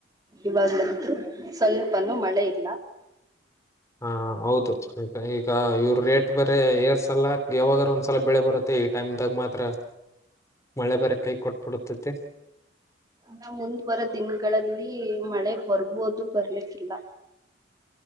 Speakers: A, on the right (about 20°); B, on the left (about 15°).
A: ಇವಾಗ್ಲನ್ ತೃ ಸ್ವಲ್ಪನೂ ಮಳೆ ಇಲ್ಲಾ
B: ಹಾ ಹೌದು ಈಗ ಈಗ ಇವ್ರ ರೇಟ್ ಬೇರೆ ಏರ್ ಸಲ ಯಾವಾಗ್ಲೂ ಒಂದ್ಸಲ ಬೆಳೆ ಬರುತ್ತೆ ಈ ಟೈಮ್ ದಾಗ ಮಾತ್ರ ಮಳೆ ಬೇರೆ ಕೈ ಕೊಟ್ಬಿಡತೈತಿ
A: ಇ ನಾ ಮುಂದ ಬರುವರ ದಿನಗಳಲ್ಲಿ ಮಳೆ ಬರ್ಬೋದು ಬರ್ಲಿಕ್ಕಿಲ್ಲಾ